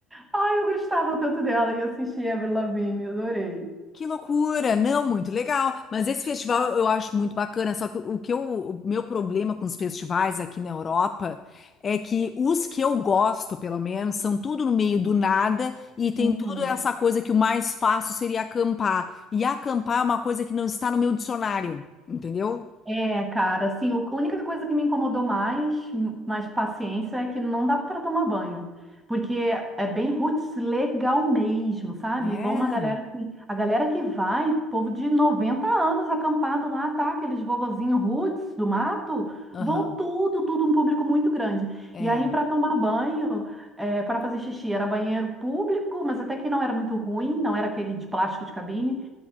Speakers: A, in the centre; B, on the left.
A: Ai, eu gostava tanto dela e assisti Avril Lavigne, eu adorei.
B: Que loucura! Não, muito legal. Mas esse festival eu acho muito bacana. Só que o que eu, o meu problema com os festivais aqui na Europa é que os que eu gosto, pelo menos, são tudo no meio do nada e tem
A: Uhum.
B: tudo essa coisa que o mais fácil seria acampar. E acampar é uma coisa que não está no meu dicionário, entendeu?
A: É, cara, assim, o- a única coisa que me incomodou mais, mais paciência, é que não dá para tomar banho. Porque é bem roots legal mesmo, sabe?
B: É.
A: Vão uma galera assim, a galera que vai, povo de 90 anos acampado lá, tá? Aqueles vovozinhos roots do mato,
B: Aham.
A: vão tudo, tudo um público muito grande.
B: É.
A: E aí, para tomar banho, para fazer xixi, era banheiro público, mas até que não era muito ruim, não era aquele de plástico de cabine.